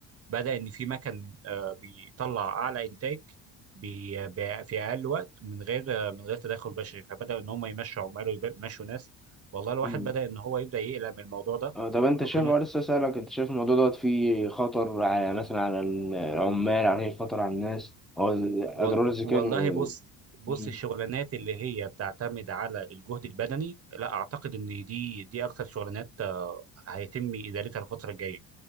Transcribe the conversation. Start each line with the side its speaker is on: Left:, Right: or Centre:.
Right: بدأ إن في مكن آه، بيطلع أعلى إنتاج بي- بي- في أقل وقت من غير آه، من غير تدخل بشري فبدأ إن هم يمشوا عمال ويمشوا ناس والله الواحد
Centre: أمم.
Right: بدأ إن هو يبدأ يقلق من الموضوع ده
Centre: اه طب انت
Right: فكنا
Centre: شايف اه لسه سألك انت شايف الموضوع دوت فيه خطر على مثلا على العمال عليه خطر على الناس هو اضرار
Right: وال-
Centre: الذكاء
Right: والله بص بص
Centre: مم.
Right: الشغلانات اللي هي بتعتمد على الجهد البدني لا اعتقد ان دي دي اكتر شغلانات آه، هيتم ادارتها الفتره الجايه